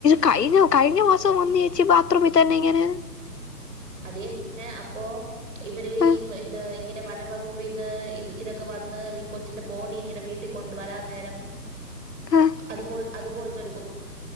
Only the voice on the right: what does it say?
അത് യന്ന അപ്പൊ ഇവര്
ഈ ഇത് ഇങ്ങനെ വനം വകുപ്പീന്ന് ഇത് ഇതൊക്കെ വന്ന് ഈ കൊ ച്ചിന്റെ ബോഡി ഇങ്ങനെ വീട്ടി കൊണ്ട് വരാൻ നേരം
അതുപോൽ അതുപോൽത്തൊരു കു കു